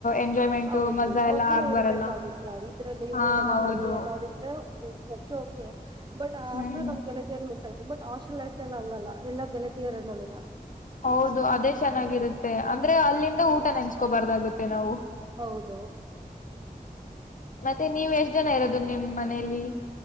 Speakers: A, on the left; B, on the right.
A: ಎಂಜಾಯ್ಮೆಂಟ್
B: ಹೌದು
A: ಮಜಾ ಎಲ್ಲ
B: ಒಬ್ಬರೇ
A: ಆಗ್
B: ಇರ್ಬೇಕಾಗುತ್ತಾ
A: ಬರಲ್ಲ
B: ಇದ್ರೆ ನೀವು
A: ಹಾ
B: ಇಲ್ಲಂದರ್
A: ಹೌದು
B: ತಂಗಿ ಎಲ್ಲ ಅವ್ರ ಓಕೆ ಓಕೆ ಬಟ್ ಆದ್ರೂ
A: ಹ್ಮ್
B: ನಮ್ ಕೆಲಸ ಏನ್ ಮಿಸ್ ಆಗ್ ಬಟ್ ಹಾಸ್ಟೆಲ್ ಲೈಫ್ ನಲ್ಲಿ ಹಂಗಲ್ಲ ಎಲ್ಲಾ ಗೆಳತರ ನಮಗ
A: ಹೌದು ಅದೇ ಚೆನ್ನಾಗಿರುತ್ತೆ ಅಂದ್ರೆ ಅಲ್ಲಿಂದ ಊಟ ನೆನ್ಸ್ಕೋಬಾರ್ದಾಗುತ್ತೆ ನಾವು
B: ಹೌದು
A: ಮತ್ತೆ ನೀವ್ ಎಷ್ಟ ಜನ ಇರೋದು ನಿಮ್ ಮನೇಲಿ